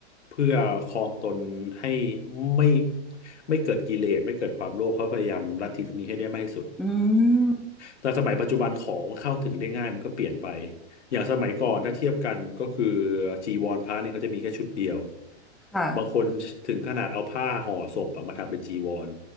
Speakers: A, on the left; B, in the centre.
A: เพื่อครองตนให้ไม่ไม่เกิดกิเลสไม่เกิดความโลภเขาพยายามลัทธิตรงนี้ให้ได้มากที่สุด
B: อืม
A: แต่สมัยปัจจุบันของมเข้าถึงได้ง่ายมันก็เปลี่ยนไปอย่างสมัยก่อนถ้าเทียบกันก็คือจีวรพระเนี่ยเขาจะมีแค่ชุดเดียว
B: ค่ะ
A: บางคนถึงขนาดเอาผ้าห่อศพอะมาทำเป็นจีวร